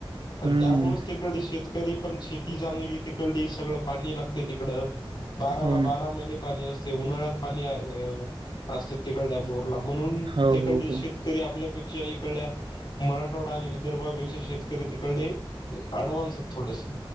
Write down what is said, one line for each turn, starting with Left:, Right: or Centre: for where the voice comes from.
Left: आणि
Right: हं,
Left: त्यामुळेच तिकडे शेत तरी पण शेती चांगली तिकड, सगळं पाणी लागते तिकडं. बाराला
Right: हो ना.
Left: बारा महिने पाणी असते उन्हाळ्यात पाणी आहे असते तिकडल्या बोर म्हणून
Right: हो,
Left: तिकडले
Right: हो, हो.
Left: शेतकरी आपले पीक च्या इकडल्या मराठवाडा आणि विदर्भापेक्षा शेतकरी तिकडे ॲडव्हान्स आहेत थोडेसे.